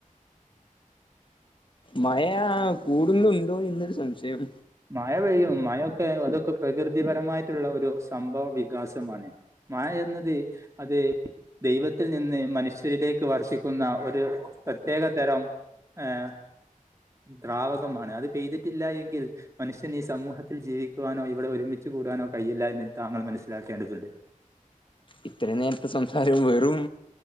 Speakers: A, on the left; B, on the right.
A: മയാ കൂടുന്നുണ്ടോ എന്നൊരു സംശയം
B: മയ വരും മയൊക്കെ അതൊക്കെ പ്രകൃതിപരമായിട്ട്ള്ള ഒരു സംഭവ വികാസമാണ് മായെന്നത് അത് ദൈവത്തിൽ നിന്ന് മനുഷ്യരിലേക്ക് വർഷിക്കുന്ന ഒരു പ്രത്യേക തരം ഏഹ് ദ്രാവകമാണ് അത് പെയ്തിട്ടില്ലാ എങ്കിൽ മനുഷ്യന് ഈ സമൂഹത്തിൽ ജീവിക്കുവാനോ ഇവ്ടെ ഒരുമിച്ച് കൂടാനോ കഴിയില്ല എന്ന് താങ്കൾ മനസ്സിലാക്കേണ്ടതുണ്ട്
A: ഇത്രേം നേരത്തെ സംസാരം വെറും